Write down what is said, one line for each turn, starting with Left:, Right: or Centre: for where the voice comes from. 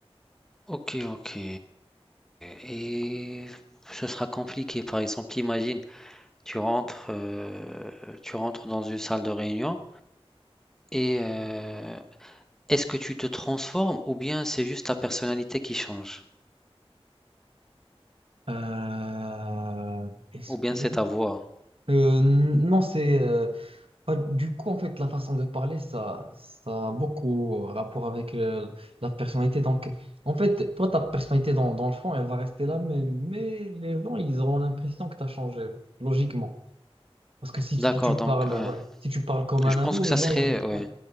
Centre: Ok, ok. Et ce sera compliqué. Par exemple, imagine, tu rentres, euh, tu rentres dans une salle de réunion et euh, est-ce que tu te transformes ou bien c'est juste ta personnalité qui change?
Right: Euh, est-ce
Centre: Ou bien
Right: que...
Centre: c'est ta voix?
Right: Euh, non, c'est... euh, bah, du coup, en fait, la façon de parler, ça, ça a beaucoup rapport avec euh, la personnalité. Donc, en fait, toi, ta personnalité, dans, dans le fond, elle va rester la même. Mais les gens, ils auront l'impression que tu as changé, logiquement. Parce que si,
Centre: D'accord,
Right: si tu
Centre: donc
Right: parles,
Centre: ouais.
Right: ouais, si tu parles comme
Centre: Je
Right: un
Centre: pense
Right: ado,
Centre: que
Right: les
Centre: ça
Right: gens,
Centre: serait,
Right: ils...
Centre: ouais.
Right: Ouais,